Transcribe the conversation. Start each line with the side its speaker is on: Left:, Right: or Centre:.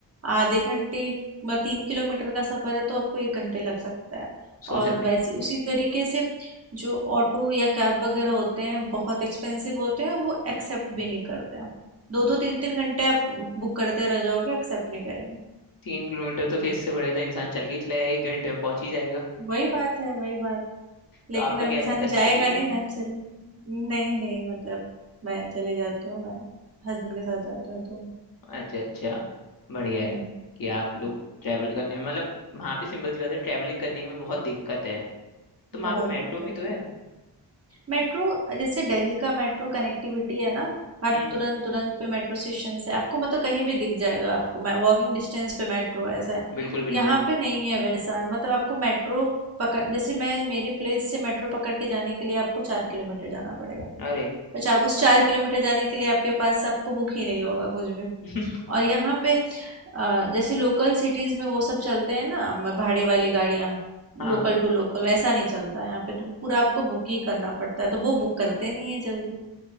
Right: आधे घंटे मतलब तीन किलोमीटर का सफ़र है तो आपको एक घंटे लग सकता है
Left: सोचो
Right: और
Left: ती,
Right: वैसे उसी तरीके से जो ऑटो या कैब वगैरह होते हैं बहुत एक्सपेंसिव होते हैं वो एक्सेप्ट भी नहीं करते हैं दो दो तीन तीन घंटे आप बुक करते रह जाओगे एक्सेप्ट नहीं करेंगे
Left: तीन किलोमीटर तो फेस से बढ़े तो इंसान चल के ही चला जाए एक घंटे में पहुंच ही जाएगा
Right: वही बात है वही बात लेकिन
Left: तो आपका
Right: अब
Left: क्या
Right: इंसान
Left: रहता है साइकिलिंग
Right: जाएगा नहीं ना चल नहीं नहीं मतलब मैं चले जाती हूँ मैं हस्बैंड के साथ जाती हूँ तो
Left: अच्छा अच्छा बढ़िया है
Right: हम्म।
Left: कि आप लोग ट्रैवल करने में मतलब वहाँ पे सिंपल सी बात है ट्रैवलिंग करने में बहुत दिक्कत है तो वहाँ
Right: बहुत
Left: पे मेट्रो
Right: दिक्कत
Left: भी तो
Right: है
Left: है
Right: मेट्रो जैसे दिल्ली का मेट्रो कनेक्टिविटी है ना हर
Left: हम्म
Right: तुरंत तुरंत पे मेट्रो स्टेशन है आपको मतलब कहीं भी दिख जाएगा आपको मैं वॉकिंग डिस्टेंस पे मेट्रो ऐसा है
Left: बिल्कुल बिल्कुल
Right: यहाँ पे नहीं है वैसा है मतलब आपको मेट्रो पकड़ जैसे मैं मेरे प्लेस से मेट्रो पकड़ के जाने के लिए आपको चार किलोमीटर जाना पड़ेगा
Left: अरे
Right: और चार उस चार किलोमीटर जाने के लिए आपके पास आपको बुक ही नहीं होगा कुछ भी
Left: <laughs>
Right: और यहाँ पे अ, जैसे लोकल सिटीज में वो सब चलते हैं ना म- भाड़े वाली गाड़ियाँ
Left: हाँ
Right: लोकल टू लोकल वैसा नहीं चलता है यहाँ पे तो पूरा आपको बुक ही करना पड़ता है तो वो बुक करते नहीं है जल्दी